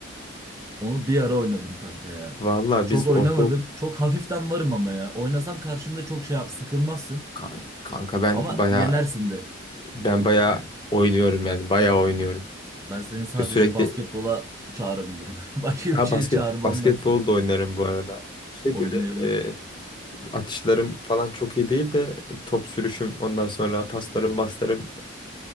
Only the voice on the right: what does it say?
Onu bir ara oynadım kanka ya.
Çok
oynamadım.
Çok hafiften varım ama ya. Oynasam karşında çok şey yap, sıkılmazsın.
Ama
yenersin de.
Ben seni sadece
basketbola çağırabilirim. <laughs> Başka bir
şeye
çağırmam
ben seni.
Oynayalım.